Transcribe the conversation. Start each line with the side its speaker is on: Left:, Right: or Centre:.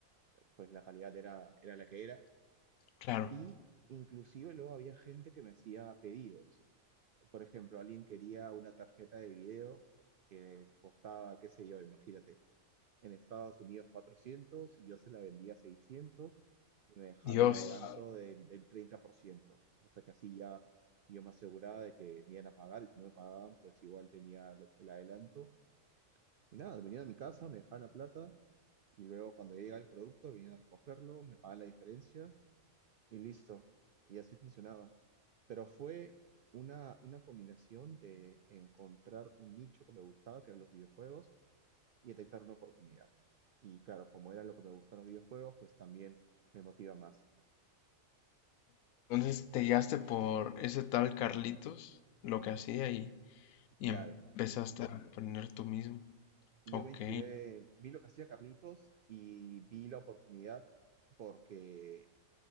Right: pues la calidad era, era la que era,
Left: claro.
Right: y inclusive luego había gente que me hacía pedidos. Por ejemplo, alguien quería una tarjeta de video que costaba, qué sé yo, imagínate en Estados Unidos 400 y yo se la vendía a 600 y me dejaban
Left: Dios.
Right: un adelanto del, del 30%, cosa que así ya yo me aseguraba de que me iban a pagar y si no me pagaban, pues igual tenía lo- el adelanto. Y nada, venían a mi casa, me dejaban la plata y luego cuando ya llegaba el producto venían a recogerlo, me pagaban la diferencia y listo. Y así funcionaba. Pero fue una, una combinación de encontrar un nicho que me gustaba, que eran los videojuegos, y detectar una oportunidad. Y claro, como era lo que me gustan los videojuegos, pues también me motiva más.
Left: Entonces te guiaste por ese tal Carlitos, lo que hacía y, y
Right: Claro,
Left: empezaste a aprender tú mismo.
Right: y
Left: Ok.
Right: yo me inspiré, vi lo que hacía Carlitos y vi la oportunidad porque,